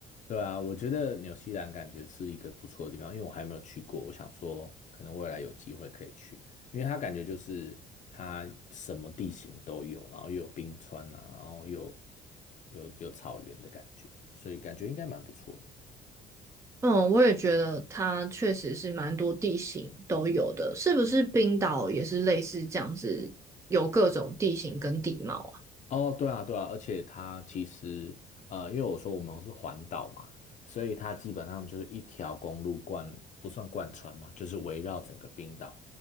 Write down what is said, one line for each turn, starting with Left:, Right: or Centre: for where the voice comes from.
Left: 对啊，我觉得纽西兰感觉是一个不错的地方，因为我还没有去过，我想说可能未来有机会可以去，因为它感觉就是它什么地形都有，然后又有冰川啊，然后又有有草原的感觉，所以感觉应该蛮不错的。
Right: 嗯，我也觉得它确实是蛮多地形都有的，是不是冰岛也是类似这样子，有各种地形跟地貌啊？
Left: 哦，对啊，对啊，而且它其实，呃，因为我说我们是环岛嘛，所以它基本上就是一条公路贯，不算贯穿嘛，就是围绕整个冰岛，